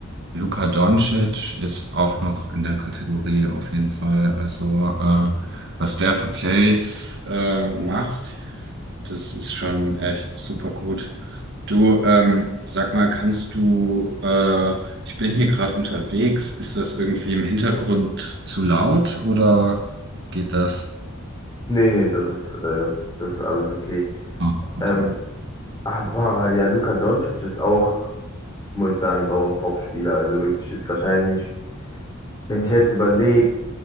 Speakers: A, on the right; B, on the left.
A: Luka Doncic ist auch noch in der Kategorie auf jeden Fall. Also äh, was der für Plays äh, macht, das ist schon echt super gut. Du, ähm, sag mal, kannst du, äh, ich bin hier gerade unterwegs, ist das irgendwie im Hintergrund zu laut oder geht das?
B: Nee, nee, das ist, äh, das ist alles okay.
A: Ah, okay.
B: Ähm, aber ja, Luka Doncic ist auch, muss ich sagen,
A: Hm.
B: ist auch ein Top-Spieler. Also wirklich ist wahrscheinlich, wenn ich jetzt überlege,